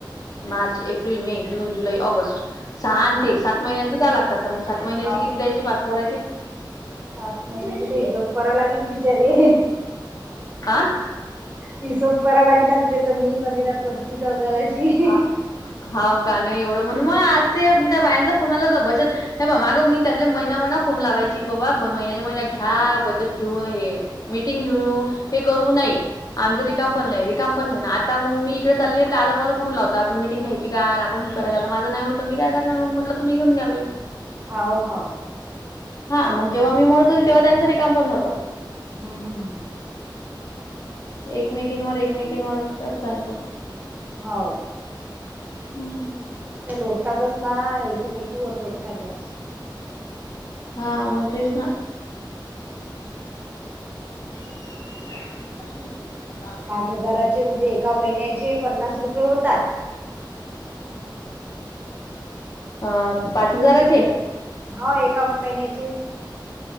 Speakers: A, on the left; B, on the right.
A: मार्च, एप्रिल, मे, जून, जुलै, ऑगस्ट सहा न
B: हा
A: ते सात महिन्याच द्या लागत. आता मग सात महिन्याचे
B: हा
A: किती द्यायचे पाचभराचे?
B: सात महिन्याचे ते हिशोब कराय लागेल बिचारे
A: आ
B: हिशोब कराय लागेल ना तर आता त्याच मी गणितात कच्चीचं हाय जराशी.
A: हा- हाव का नाई एवढं म्हणून मग आज ते त्या बायांचा फोन आला तर बचत नाही बा माग मी त्यांले महिना महिना फोन लावायची की बाबा ब महिन्याच्या महिन्या घ्या बचत घेऊन हे मीटिंग घेऊन येऊ हे करू नाई. आमचं
B: हा
A: रिकाम पण नाय रिकाम पण नाय ना आता मग मी इकडे चालले आत तर मला फोन लावता आपण मिटिंग घ्यायची का? आन आपण हे करायला ना माझं नाय होतं मी काय करणार म्हटलं तुम्ही घेऊन घ्या बाई.
B: होव होव.
A: हा मग जेव्हा मी म्हणत होती तेव्हा त्यांच रिकाम पण नव्हतं.
B: हा हा.
A: एकमेकिंवर एकमेकिंवर कचा हाय ते.
B: हाव.
A: हम्म.
B: त्या लोटतातच ना एकीमेकीवर लोटतातच.
A: हां मग तेच ना. <inaudible>
B: पाच हजाराचे म्हणजे एका महिन्याचे पन्नास रुपये होतात.
A: अं पाच हजाराचे.
B: हो एका महिन्याचे.